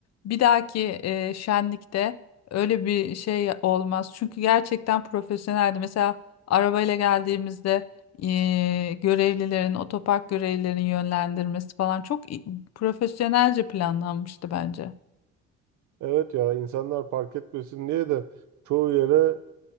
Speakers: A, on the left; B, on the right.
A: bir dahaki e, şenlikte öyle bir şey olmaz. Çünkü gerçekten profesyoneldi. Mesela arabayla geldiğimizde e, görevlilerin, otopark görevlilerin yönlendirmesi falan çok i- profesyonelce planlanmıştı bence.
B: Evet ya insanlar park etmesin diye de çoğu yere